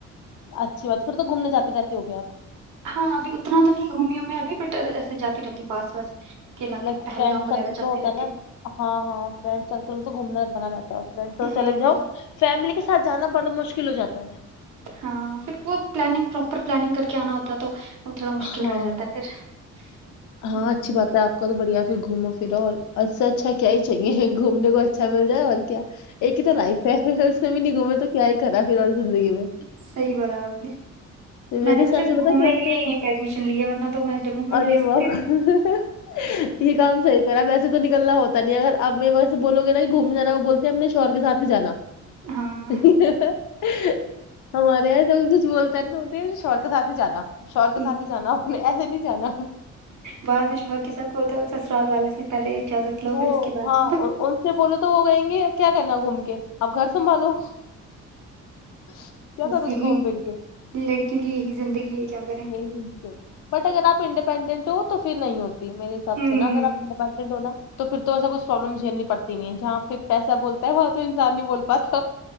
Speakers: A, on the left (about 75°); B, on the right (about 75°).
A: اچھی بات پھر تو گھومنے جاتے جاتتے ہو گے آپ کو
B: <unintelligible> <unintelligible>
A: <unintelligible>
B: علاقے میں پہلگام وغیرہ جاتی رہتی ہوں
A: <unintelligible>
B: ہوں <unintelligible> <unintelligible>
A: ہاں <unintelligible>
B: ہوں
A: <unintelligible>
B: <unintelligible>
A: <unintelligible>
B: میں نے تو صرف گھومنے کے لیے ہی یہیں پہ ایڈمیشن لی ہے ورنہ تو میں جموں میں بھی لے سکتی
A: <unintelligible> <unintelligible>
B: تھی ہاں
A: <inaudible> <unintelligible>
B: ام،
A: <unintelligible>
B: بعد میں شوہر کے ساتھ <unintelligible>
A: <unintelligible>
B: پھر اس کے بعد جاؤ
A: <unintelligible> <unintelligible>
B: بس یہی لڑکیوں کی یہی زندگی ہے کیا کریں
A: یہ گ س <inaudible> بٹ اگر آپ انڈیپینڈنٹ ہو تو پھر نہیں ہوتے میرے
B: ہوں
A: سب سے نا کرا پنڈ ب نڈو نہ تو پھر تو ایسا کچھ پروابلم جھیلنی پڑتی نہیں ہے جہاں پھر پیسہ بولتا ہے وہاں تو انسان نہیں بول پاتا